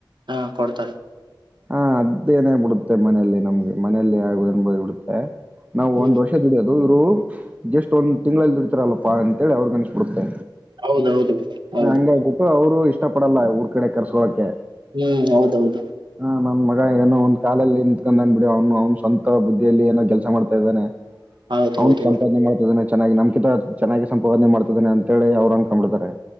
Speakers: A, on the right; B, on the right.
A: ಹಾ ಕೊಡ್ತಾರೆ
B: ಹಾ ಅದೇನೇ ಬಿಡುತ್ತೆ ಮನೆಯಲ್ಲಿ ನಮ್ಗೆ ಮನೆಯಲ್ಲಿ ಯ ಏನುಬಡುತ್ತೆ ನಾವು
A: ಹ್ಮ್
B: ಒಂದು ವರ್ಷ ದುಡಿಯೋದು ಇವರು ಜಸ್ಟ್ ಒಂದು ತಿಂಗಳಲ್ಲಿ ದುಡ್ತಾರಲ್ಲಪ್ಪ ಅಂತೇಳಿ ಅವ್ರಿಗೆ ಅನ್ಿಸಬಿಡುತ್ತೆ
A: ಹೌದೌದು ಬ್ರೋ ಹೌದು
B: ಹಂಗ ಆಬಟ್ಟು ಅವರು ಇಷ್ಟ ಪಡಲ್ಲ ಊರ್ ಕಡೆ ಕರ್ಸ್ಕೋಕೆ
A: ಹ್ಮ್ ಹೌದೌದು
B: ಹಾ ನನ್ ಮಗ ಏನೋ ಒಂದ್ ಕಾಲಲ್ಲಿ ನಿಂತ್ಕೊಂಡ್ಂದ್ ಬಿಡಿ ಅವ್ನು ಅವ್ನು ಸ್ವಂತ ಬುದ್ಧಿಯಲ್ಲಿ ಏನೋ ಕೆಲಸ ಮಾಡ್ತಾ ಇದ್ದಾನೆ
A: <inaudible>
B: ಅವನ್ ಸಂಪಾದನೆ
A: ಬ್ರೋ
B: ಮಾಡ್ತಿದ್ದಾನೆ ಚೆನ್ನಾಗಿ ನಮ್ಕಿಂತ ಚೆನ್ನಾಗಿ ಸಂಪಾದನೆ ಮಾಡ್ತಿದ್ದಾನೆ ಅಂತ ಹೇಳಿ ಅವ್್ರನ್ ಕಕೊಂಡ್ಿಡ್ತಾರೆ